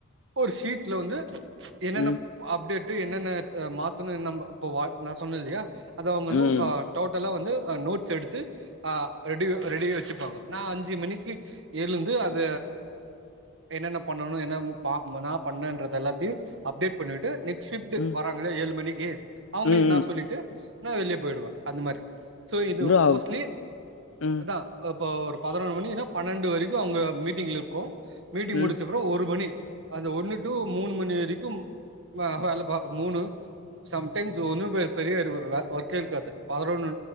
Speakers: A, on the right (about 60°); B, on the left (about 80°).
A: ஒரு ஷீட்டல வந்து என்னென்ன
B: ம்
A: அப்டேட்டு என்னனென்ன அப்டேட் என்னென்ன மாத்தன்னு இப்ப நா சொன்ன இல்லையா அத அவங்க வந்து
B: ம் ம்
A: டோட்டலா வந்து நோட்ஸ் எடுத்து ரெடி ரெடி வச்சுப்பாங்க நா அஞ்சு மணிக்கு எழுந்து அத என்னென்ன பண்ணனும் என்னென்ன பார்க்கணும் நா பண்ண எல்லாத்தையும் அப்டேட் பண்ணிட்டு நெக்ஸ்ட் ஷிப்ட்
B: ம்
A: வராங்களா ஏழு மணிக்கு அவங்களுக்கு
B: ம்
A: நா சொல்லிட்டு நா வெளியே போயிடுவே அந்த மாதிரி சோ இது
B: ப்ரோ
A: மோஸ்ட்லி
B: ம்
A: அதா இப்ப ஒரு பதினொரு மணி பன்னெண்டு வரைக்கும் அவங்க மீட்டிங் இருக்கும் மீட்டிங்
B: ம்
A: முடிச்சு அப்புறம் ஒரு மணி அந்த ஒன்னும் டு மூணு மணி வரைக்கும் வேல பாக்கனும் மூணு சம்டைம்ஸ் ஒன்னும் பெரிய ஒர்க்கே இருக்காது பதினொனு